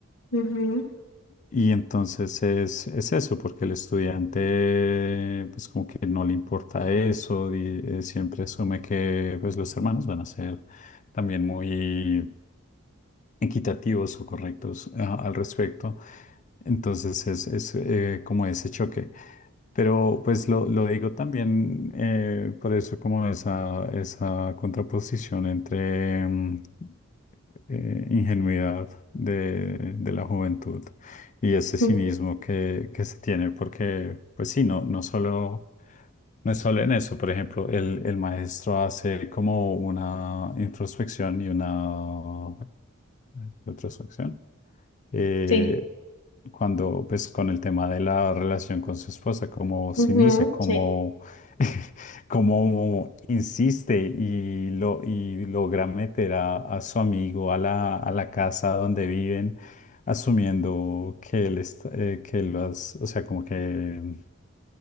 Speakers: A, on the left (about 80°); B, on the left (about 35°).
A: Ujú.
B: y entonces es, es eso, porque el estudiante pues como que no le importa eso, y, eh, siempre asume que pues los hermanos van a ser también muy equitativos o correctos ah, al respecto. Entonces es, es, eh, como ese choque. Pero pues lo, lo digo también eh, por eso como esa, esa contraposición entre mm, eh, ingenuidad de, de la juventud y ese cinismo
A: Mm,
B: que, que se tiene, porque pues sí, no, no solo no es solo en eso, por ejemplo, el, el maestro hace como una introspección y una retrospección. eh,
A: Sí,
B: cuando, pues, con el tema de la relación con su esposa, cómo se
A: Ujú,
B: inicia, cómo,
A: sí,
B: <laughs> cómo insiste y, lo, y logra meter a, a su amigo a la, a la casa donde viven, asumiendo que él está, eh, que él las- o sea, como que